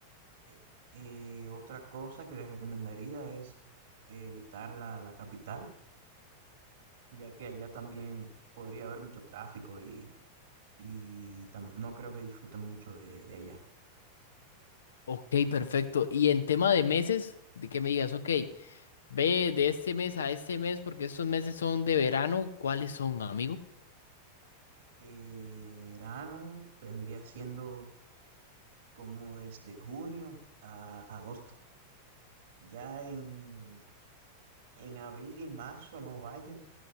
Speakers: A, on the right; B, on the left.
A: Eh, eh, otra cosa que les recomendaría es eh, evitar la, la capital, ya que allá también podría haber mucho tráfico y, y tam- no creo que disfruten mucho de, de allá.
B: Ok, perfecto. Y en tema de meses, de que me digas, ok, ve de este mes a este mes porque estos meses son de verano, ¿cuáles son, amigo?
A: Eh, verano vendría siendo como desde junio a agosto. Ya en, en abril y marzo no vayan,